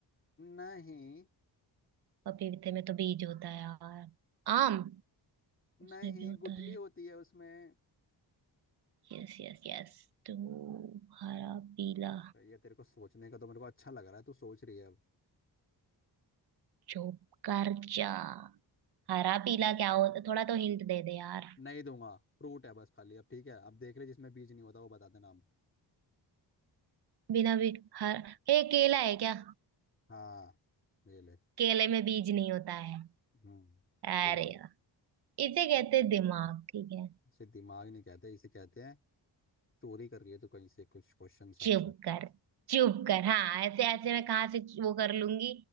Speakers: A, on the left (about 25°); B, on the right (about 60°).
A: नहीं
B: पपीते में तो बीज होता है यार आम उसमें
A: नहीं
B: भी होता
A: गुठली
B: है
A: होती है उसमें
B: Yes yes yes तो हरा पीला
A: सही है तेरे को सोचने का तो मेरे को अच्छा लग रहा है तू सोच रही है अब
B: जोकर जा हरा पीला क्या होता थोड़ा तो हिंट दे दे यार
A: नहीं दूंगा फ्रूट है बस खाली अब ठीक है अब देख ले जिसमें बीज नहीं होता वो बता देना हम
B: बिना भी हर ए केला है क्या
A: हाँ ले ले
B: केले में बीज नहीं होता है
A: हम्म
B: अरे
A: ले ले
B: यार इसे कहते हैं दिमाग ठीक है
A: इसे दिमाग नहीं कहते इसे कहते हैं चोरी कर रही है तो कहीं से कुछ क्वेश्चन
B: चुप
A: आंसर
B: कर चुप कर हाँ ऐसे ऐसे मैं कहाँ से वो कर लूंगी